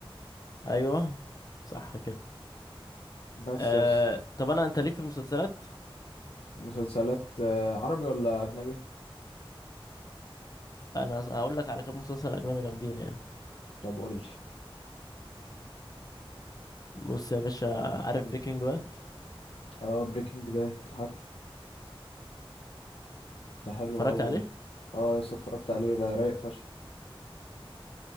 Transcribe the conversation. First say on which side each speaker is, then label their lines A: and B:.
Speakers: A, on the left; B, on the left.
A: ايوه صح كده
B: بس
A: آه...
B: يا اسطى
A: طب انا انت ليك في المسلسلات؟
B: مسلسلات آه عربي ولا اجنبي
A: انا هقول لك على كام مسلسل اجنبي جامدين يعني
B: طب قول لي
A: بص يا باشا عارف بريكنج باد
B: اه بريكنج باد عارف ده حلو
A: اتفرجت
B: قوي
A: عليه
B: ده اه يا اسطى اتفرجت عليه ده رايق فشخ